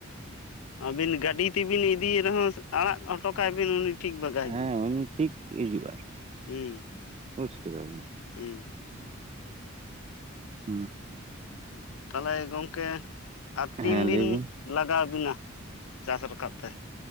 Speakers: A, on the left (about 80°); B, on the right (about 30°).
A: ᱟᱹᱵᱤᱱ ᱜᱟᱹᱰᱤ ᱛᱮᱵᱤᱱ ᱤᱫᱤᱭᱮᱜ ᱨᱮᱦᱚᱸ ᱟᱲᱟᱜ ᱦᱚᱴᱚ ᱠᱟᱭ ᱵᱤᱱ ᱩᱱᱤ ᱴᱷᱤᱠ ᱵᱟᱜᱟᱭ
B: ᱦᱮᱸ ᱩᱱᱤ ᱴᱷᱤᱠ ᱦᱤᱡᱩᱜ ᱟᱭ ᱾
A: ᱩᱸ
B: ᱵᱩᱡ ᱠᱮᱫᱟ ᱵᱤᱱ ᱾
A: ᱩᱸ
B: ᱦᱩᱸ ᱦᱩᱸ ᱦᱩᱸ
A: ᱛᱟᱦᱚᱞᱮ ᱜᱚᱝᱠᱮ ᱟᱨ
B: ᱦᱮᱸ
A: ᱛᱤᱱ ᱫᱤᱱ
B: ᱞᱟᱹᱭ ᱵᱤᱱ
A: ᱞᱟᱜᱟᱣᱵᱤᱱᱟ ᱪᱟᱥ ᱨᱟᱠᱟᱵ ᱛᱮ?